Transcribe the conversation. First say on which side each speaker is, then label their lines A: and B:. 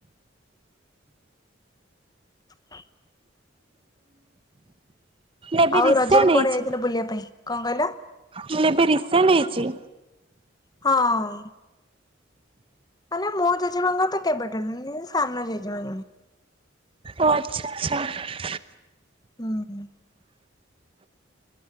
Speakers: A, on the left (about 20°); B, on the right (about 25°).
A: ହଁ
B: ଏବେ
A: ଆଉ
B: ରିସେଣ୍ଟ
A: ରଜରେ କୁଆଡେ
B: ହେଇଛି?
A: ଯାଇଥିଲ ବୁଲିଆ ପାଇଁ କଁ କହିଲା?
B: ମୁଁ ଏବେ ରିକ୍ସା ନେଇଛି।
A: ହଁ। ମାନେ ମୋ ଜେଜେମାଙ୍କର ତ କେବେ <unintelligible>
B: ଓ ଆଚ୍ଛା ଆଚ୍ଛା।
A: ଅ ହ।